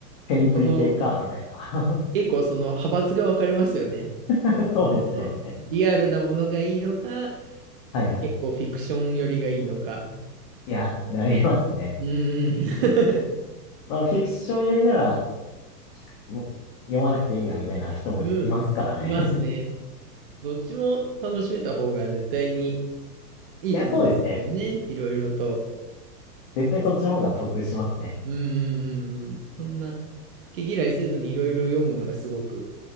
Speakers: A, on the left; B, on the right.
A: テニプリ系か、
B: その、
A: みたいな。
B: 結構その派閥が分かれますよね。
A: <laughs>
B: その、
A: そうですね。
B: リアルなものがいいのか、
A: はいはい。
B: 結構フィクション寄りがいいのか。
A: いや、なりますね。
B: うん。<laughs>
A: まあ、フィクション寄りなら、もう読まなくていいや、みたいな人もいますからね。
B: うん。いますね。どっちも楽しめた方が絶対に
A: <laughs>
B: いいと思うんですよね。
A: いや、そうですね。
B: いろいろと。
A: 絶対そっちの方が得しますね。
B: うんうんうんうん。そんな、毛嫌いせずにいろいろ読むのがすごく、